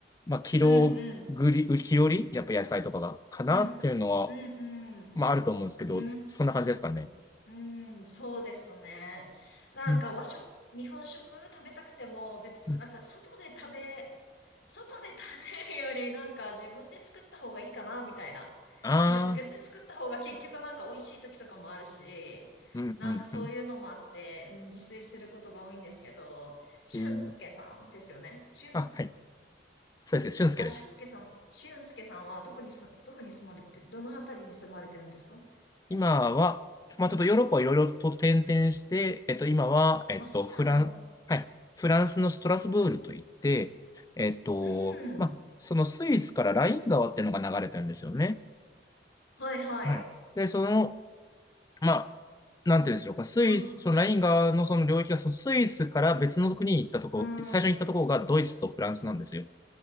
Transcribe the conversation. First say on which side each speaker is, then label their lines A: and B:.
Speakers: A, on the left; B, on the left.
A: まあ、キロぐり、
B: うんうん。
A: キロリ、やっぱ野菜とかが、かなっていうのは、
B: うん。うんうん。
A: まあ、あると思うんですけど、
B: うー
A: そんな感じですかね。
B: ん。うーん、そうですね。なんか和食、
A: うん。
B: 日本食食べたくても別、
A: うん
B: なんか外で食べ、外で食べるよりなんか自分で作った方がいいかな、みたいな。
A: ああ、
B: なんか自分で作った方が結局なんか美味しい時とかもあるし、
A: うん、
B: なんかそういうのもあって、
A: うん、うん。
B: うん、自炊することが多いんですけど、俊介さんですよね。
A: うん
B: 俊、
A: あ、はい。そうです。俊介です。
B: あ、俊介さん、俊介さんはどこにす、どこに住まれて、どの辺りに住まれてるんですか
A: 今は、まあちょっとヨーロッパをいろいろと転々して、えっと今は、えっとフラン、
B: あ、そうなんだ。
A: はい、フランスのストラスブールといって、えっと、
B: う
A: まあそのスイスからライン川っていうのが流れてるんですよね。
B: ん。はいはい。
A: はい。で、その、まあなんていうんでしょうか、スイス、
B: うん。
A: そのライン川のその領域が、そのスイスから別の国に行ったとこ、
B: うん。
A: 最初に行ったところがドイツとフランスなんですよ。